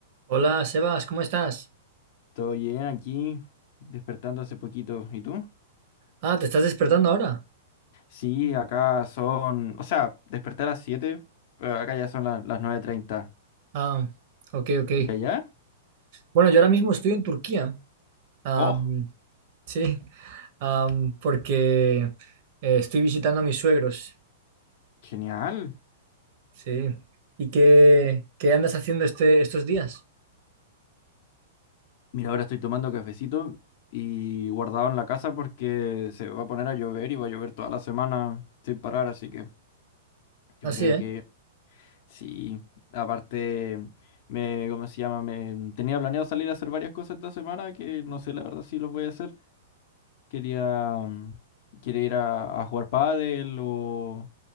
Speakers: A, on the right; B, on the left.
A: Hola, Sebas, ¿cómo estás?
B: Todo bien aquí, despertando hace poquito. ¿Y tú?
A: Ah, ¿te estás despertando ahora?
B: Sí, acá son, o sea, desperté a las 7, pero acá ya son la- las nueve treinta.
A: Ah, ok, ok.
B: ¿Y allá?
A: Bueno, yo ahora mismo estoy en Turquía. Am,
B: ¡Oh!
A: <laughs> sí, am, porque eh, estoy visitando a mis suegros.
B: ¡Genial!
A: Sí. ¿Y qué, qué andas haciendo este, estos días?
B: Mira, ahora estoy tomando cafecito y guardado en la casa porque se va a poner a llover y va a llover toda la semana sin parar, así que yo
A: Así,
B: creo
A: ¿eh?
B: que sí. Aparte, me, ¿cómo se llama? Me tenía planeado salir a hacer varias cosas esta semana que no sé la verdad si los voy a hacer. quería, mm, quiere ir a, a jugar pádel o,